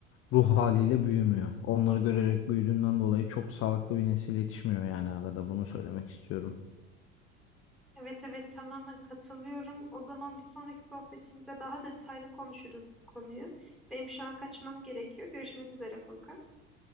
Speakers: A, on the left; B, in the centre.
A: ruh haliyle büyümüyor. Onları görerek büyüdüğünden dolayı çok sağlıklı bir nesil yetişmiyor yani arada bunu söylemek istiyorum.
B: Evet evet tamamen katılıyorum. O zaman bir sonraki sohbetimize daha detaylı konuşuruz bu konuyu. Benim şu an kaçmam gerekiyor. Görüşmek üzere Furkan.